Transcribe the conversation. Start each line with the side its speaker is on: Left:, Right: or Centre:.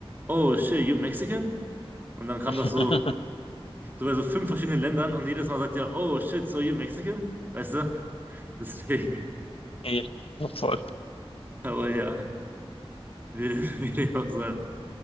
Right: oh shit, you Mexican? Und dann kam
Left: <laughs>
Right: das so, so bei so fünf verschiedenen Ländern und jedes Mal sagt er, oh shit, so you Mexican? Weißt du? Deswegen,
Left: Ja, voll.
Right: <laughs> aber ja, würde, <laughs> würde ich auch sagen.